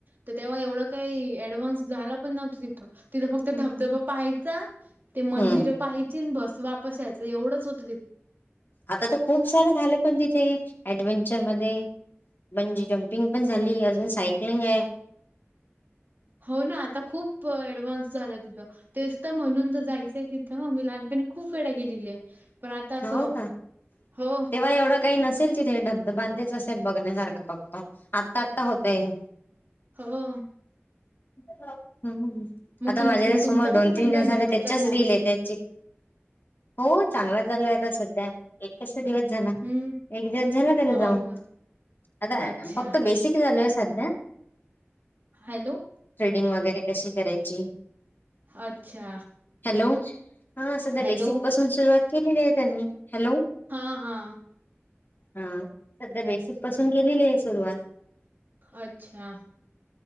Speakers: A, on the right (about 50°); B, on the left (about 50°).
A: तर तेव्हा ये काही डव्हान्स झाला पण नव तिथं तिथं फक्त धबधबा पाहायचा ते मंदिरं
B: हम्म
A: पाहिजे बस वापसा यायचं एवढंच होत.
B: आता तर खूप सारे झाले पण तिथे ऍडव्ंचर मध्ये म्हणजे जंपिंग पण झाली अजून सायकलिंग आहे.
A: हो ना आता खूप ऍडव्हान्स झालं तिथं तेच तर म्हणून तर जायचंय तिथं मग मी लहानपणी खूप वेळा गेलेली पण आता असं
B: हो का
A: हो
B: तेव्हा एवढं काही नस असेल तिथे धबध बांधेच असेल बघण्यासारखं पक्ता आत्ता आता होतये.
A: हो.
B: <unintelligible>
A: मग
B: आता
A: तु
B: माझ्या समोर
A: तुमचा
B: दोन
A: कसा
B: तीन
A: चालू
B: दिवस
A: आहे
B: झाले
A: मेकअपचा
B: त्याच्याच
A: कोर्स?
B: रीलील आहे त्याची हो चांगला आहे सध्या एक क दिवस झाला
A: हम्म
B: एक दिवस झाला त्याला
A: हो
B: जाऊन
A: का
B: आता
A: अच्छा
B: फक्त बेसिक झाल सध्या
A: हॅलो.
B: ड वगैरे कशी करायची
A: अच्छा.
B: हॅलो हा सध्या
A: हॅलो
B: बेसिक पासून सुरुवात केलेली आहे त्यांनी. हॅलो
A: हा हा
B: हा सध्या बेसि क पासून केलेली आहे सुरुवात.
A: अच्छा.